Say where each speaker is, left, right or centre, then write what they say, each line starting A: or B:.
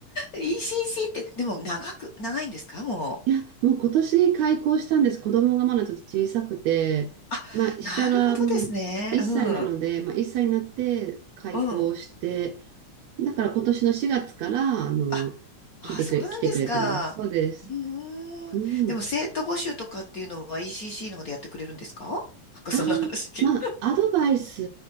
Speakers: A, on the left (about 55°); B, on the right (about 75°).
A: ECC って、でも長く、長いんですかもう。
B: いや、もう今年開校したんです。子供がまだちょっと小さくて、
A: あ、
B: まあ、下が、
A: なるほどですね。
B: うん、1歳なので、
A: うん、
B: まあ、1歳になって開校して、
A: うん。
B: だから今年の4月から、あの、
A: あ、あ、
B: 来てくれ、
A: そうなんですか。
B: 来てくれてます。そうです。
A: うーん。
B: うん。
A: でも生徒募集とかっていうのは ECC の方でやってくれるんですかなんかそんな話聞い。
B: ああ、まあ、アドバイス